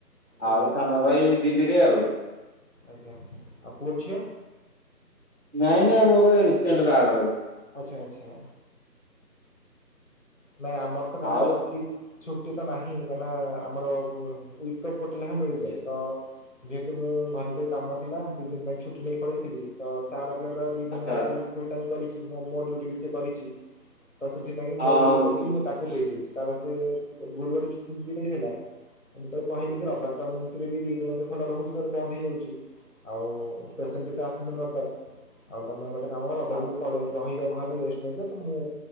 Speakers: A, on the left; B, on the right.
A: ଆଜ୍ଞା
B: ଆଉ ସାନ ଭାଇ ଦିଲ୍ଲୀରେ ଆଉ।
A: ଆଜ୍ଞା ଆଉ ପୁଅ ଝିଅ?
B: ନାଇଁ ନାଇଁ ମୋର ଏଇ ରିସେଣ୍ଟ ବାହାଘର ହେଇ
A: ଆଚ୍ଛା ଆଚ୍ଛା। ନାଇଁ ଆମର ତ କାଲି
B: ଆଉ
A: ଛୁଟି ଛୁଟି ତ ନାହିଁ, କାହିଁକି ନା ଆମର ୱିକ୍ ଅଫ ଗୋଟେ ଲେଖା ମିଳିଯାଏ। ତ ଯେହେତୁ ମୁଁ ଘରେ ଟିକେ କାମ ଥିଲା, ଦି ଦିନ ପାଇଁ ଛୁଟି ନେଇ ପଳେଇଥିଲି। ତ ସାର ପିଲାଟା ଦି ଦିନ
B: ଆଚ୍ଛା ଆଚ୍ଛା
A: ଫୁଲ୍ ଫୁଲ୍ ଟାଇମ କରିଛି, ମୋ ମୋ ଡିୟୁଟି ବି ସେ କରିଛି। ତ ସେଥିପାଇଁ
B: ହଁ
A: ମୋ ୱିକ
B: ହଁ ବୁଝିଲି
A: ଅଫ ବି ମୁଁ
B: ବୁଝିଲି।
A: ତାକୁ
B: ବୁଝିଲି।
A: ଦେଇଦେଇଛି। ତାର ସେ ଗୁରୁବାର ଛୁଟି ବି ନେଇଥିଲା। ମୁଁ ତାକୁ କହିଲି, ରବିବାରଟା ଏମିତିରେ ବି ଦିଟା ଯାକ ଖୋଲା ରହୁଛି ତୋର ବନ୍ଦ ହେଇଯାଉଛି। ଆଉ ପେସେଣ୍ଟ ବି ତ ଆସନ୍ତିନି ରବିବାର, ଆଉ ତମେ ଗୋ <unintelligible> ରବିବାର
B: ହଁ
A: ପଳେଇ ରହିଯାଅ ଘରେ ରେଷ୍ଟ ନେଇଯାଅ, ତ ମୁଁ